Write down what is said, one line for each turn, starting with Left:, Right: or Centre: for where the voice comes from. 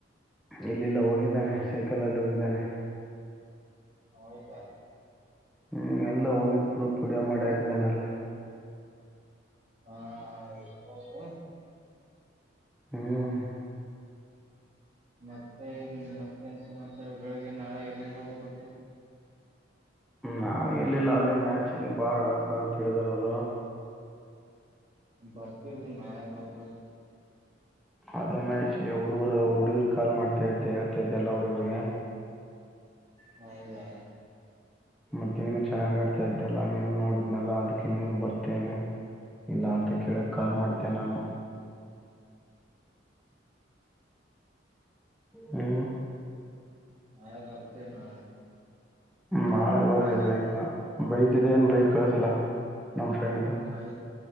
Centre: ಇಲ್ಲಿಲ್ಲ ಹೋಗಿದ್ದಾನೆ ಸೈಕಲ್ಲ್ಲಿ ಹೋಗಿದ್ದಾನೆ
Right: ಹೌದಾ
Centre: ಹ್ಮ್ ಎಲ್ಲ ಹೋಗಿದ್ ಗ್ರೂಪ್ ವಿಡಿಯೋ ಮಾಡಿ ಹಾಕಿದ್ದಾನಲ್ಲ
Right: ಹಾ ಇಬೋದು <inaudible>
Centre: ಹ್ಮ್
Right: ಮತ್ತೆ ಮತ್ತೇನ್ ಸಮಾಚಾರ ಬೆಳಿಗ್ಗೆ ನಾಳೆ ಎಲ್ಲಿಗ ಹೋಗ್ಬತ್ತೆ
Centre: ನಾ ಎಲ್ಲಿಲ್ಲ ಅದೇ ಮ್ಯಾಚ್ ಇದೆ ಬಾಳ್ ಹಡಕ್ ಬ ಅಂತ ಹೇಳಿದಾರ ಅವರು
Right: ಬರ್ತ ನಾಳೆ ಬರಬ
Centre: ಅದೇ ಮಚ್ ಎ ಹುಡುಗೀರ್ ಕಾ ಮಾಡ್ತಾ ಇದ್ದೆ ಹೇಳ್ತಾ ಇದೆ ಎಲ್ಲಾ ಹುಡುಗರ್ರಿಗೆ
Right: ಹೌದಾ
Centre: ಮತ್ತೆ ನೀನು ಚೆನ್ನಾಗ ಆಡ್ತಾ ಇದ್ದಲ್ಲ ನೀನು ನೋಡಿದ್ನಲ್ಲ ಅದಕ್ಕೆ ನೀನು ಬರ್ತೇನೆ ಇಲ್ಲ ಅಂತ ಕೇಳಕ್ ಕಾಲ್ ಮಾಡ್ಿದ್ದೇ ನಾನು ಹ್ಮ
Right: ನಯಾ ಬರ್ತ ನಾಳೆ
Centre: ನಾಳೆ ಬರ್ರಿ
Right: ಹೌದು
Centre: ಬೇಗ ಬೈಕ್ ಇದೆ ಏನ್ ಬೈಕ್ ಕಳಸ್ಲ ನಮ್ಮ್ ಫ್ರೆಂಡ್ದು
Right: ಬೈಕ್